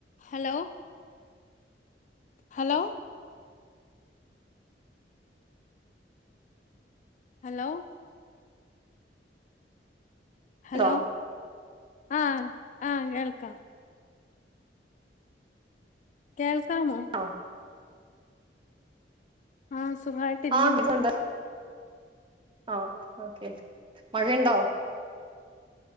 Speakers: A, on the left; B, on the right.
A: hello Hello hello hello
B: ണ്ടോ
A: ആ ആ കേൾക്കാം കേൾ കാമൊ
B: ആ
A: ആ സുഖമായിട്ടിരിക്കുന്നു
B: ആ കേക്കുന്നുണ്ട് ആ ഓക്കെ മഴയുണ്ടാ